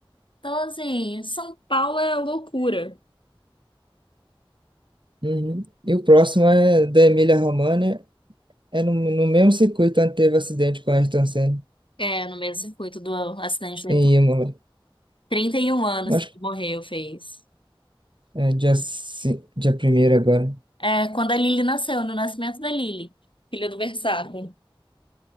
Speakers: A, on the left (about 65°); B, on the right (about 60°).
A: Então, assim, São Paulo é loucura.
B: Uhum. E o próximo é da Emília-Romagna. É no, no mesmo circuito onde teve acidente com a Ayrton Senna,
A: É, no mesmo circuito do acidente do
B: em Imola.
A: 31 anos
B: Acho
A: que ele
B: que
A: morreu, fez.
B: é dia, ci- dia primeiro agora.
A: É, quando a Lily nasceu, no nascimento da Lily, filha do Verstappen.